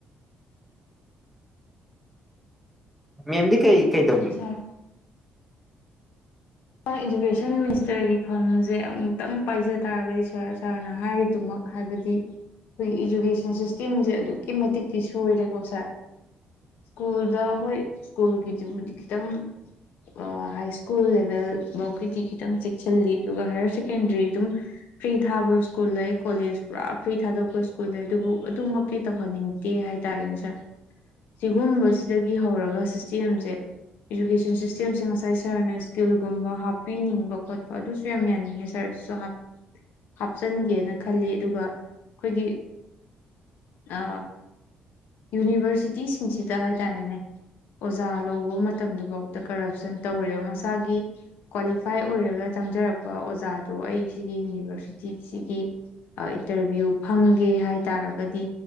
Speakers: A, in the centre; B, on the left.
A: ꯃꯦꯝꯗꯤ ꯀꯩ
B: ꯌꯥꯝ
A: ꯀꯩꯗꯧꯅꯤ
B: ꯐꯔꯦ ꯁꯥꯔ ꯑ ꯏꯗꯨꯀꯦꯁꯟ ꯃꯤꯅꯤꯁꯇꯔꯒꯤ ꯐꯝꯁꯦ ꯑꯃꯨꯛꯇꯪ ꯄꯥꯏꯖ ꯇꯥꯔꯒꯗꯤ ꯁꯥꯔ ꯁꯥꯔꯅ ꯍꯥꯏꯔꯤꯗꯨꯃꯛ ꯍꯥꯏꯕꯗꯤ ꯑꯩꯈꯣꯏꯒꯤ ꯏꯖꯨꯀꯦꯁꯟ ꯁꯤꯁꯇꯦꯝꯁꯦ ꯑꯗꯨꯛꯀꯤ ꯃꯇꯤꯛꯛꯇꯤ ꯁꯣꯏꯔꯦꯀꯣ ꯁꯥꯔ ꯁ꯭ꯀꯨꯜꯗ ꯍꯣꯏ ꯁ꯭ꯀꯨꯜꯒꯤꯖꯤꯕꯨꯗꯤ ꯈꯤꯇꯪ ꯑ ꯍꯥꯏ ꯁ꯭ꯀꯨꯜ ꯂꯦꯚꯦꯜꯕꯧꯒꯤꯗꯤ ꯈꯤꯇꯪ ꯆꯦꯛꯁꯤꯜꯂꯤ ꯑꯗꯨꯒ ꯍꯥꯏꯌꯔ ꯁꯦꯀꯦꯟꯗꯔꯤ ꯑꯗꯨꯝ ꯐ꯭ꯔꯤ ꯊꯥꯕ ꯁ꯭ꯀꯨꯜ ꯂꯩ ꯀꯣꯂꯦꯖ ꯄꯨꯔꯥ ꯐ꯭ꯔꯤ ꯊꯥꯗꯣꯛꯄ ꯁ꯭ꯀꯨꯜ ꯂꯩ ꯑꯗꯨꯕꯨ ꯑꯗꯨꯃꯛꯇꯤ ꯇꯧꯍꯟꯅꯤꯡꯗꯦ ꯍꯥꯏ ꯇꯥꯔꯦꯅꯦ ꯁꯥꯔ ꯁꯤꯒꯨꯝꯕꯁꯤꯗꯒꯤ ꯍꯧꯔꯒ ꯁꯤꯁꯇꯦꯝꯁꯦ ꯏꯖꯨꯀꯦꯁꯟ ꯁꯤꯁꯇꯦꯝꯁꯦ ꯉꯁꯥꯏ ꯁꯥꯔꯅ ꯏꯁ꯭ꯀꯤꯜ ꯒꯨꯝꯕ ꯍꯥꯞꯄꯤꯅꯤꯡꯕ ꯈꯣꯠꯄ ꯑꯗꯨꯁꯨ ꯌꯥꯝ ꯌꯥꯅꯤꯡꯉꯦ ꯁꯥꯔꯁꯤꯁꯨ ꯍꯥꯞ ꯍꯥꯞꯆꯟꯒꯦꯅ ꯈꯜꯂꯤ ꯑꯗꯨꯒ ꯑꯈꯣꯏꯒꯤ ꯑ ꯌꯨꯅꯤꯚꯔꯁꯤꯇꯤꯁꯤꯡꯁꯤꯗ ꯍꯥꯏꯇꯥꯔꯦꯅꯦ ꯑꯣꯖꯥ ꯂꯧꯕ ꯃꯇꯝꯗ ꯐꯥꯎꯗ ꯀꯔꯞꯁꯟ ꯇꯧꯔꯦꯕ ꯃꯁꯥꯒꯤ ꯀ꯭ꯋꯥꯂꯤꯐꯥꯏ ꯑꯣꯏꯔꯒ ꯆꯪꯖꯔꯛꯄ ꯑꯣꯖꯥꯗꯣ ꯑꯩ ꯁꯤꯒꯤ ꯌꯨꯅꯤꯚꯔꯁꯤꯇꯤꯁꯤꯒꯤ ꯑ ꯏꯟꯇꯔꯚ꯭ꯌꯨ ꯐꯝꯒꯦ ꯍꯥꯏꯇꯥꯔꯒꯗꯤ